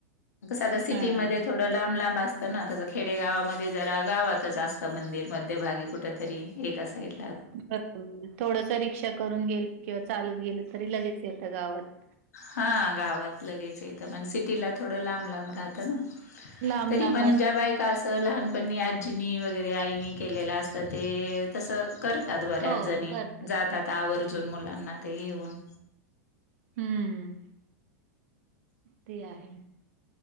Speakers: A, on the left (about 85°); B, on the right (about 60°).
A: कसं आता सिटीमध्ये
B: हां.
A: थोडं लांब लांब असतं ना कसं खेडेगावामध्ये जरा गावातच असत मंदिर मध्यभागी कुठ तरी एक असईड
B: बरोब थोडस रिक्षा करून गेलं किंवा चालत गेलं तरी लगेच येतं गावात
A: हा गावात लगेचं इथ पण सिटीला थोडं लांब लांब राहतं ना
B: लांब-लांब
A: तरी पण
B: असतात.
A: ज्या बायक का असं लहानपणीणी आजीनी वगैरे आईनी केलेलं असतं ते तसं कर ात बऱ्याच
B: हो,
A: जणी
B: करतात,
A: जातात
B: करतात.
A: आवर्जून मुलांना ते घेऊन
B: हम्म ते आहे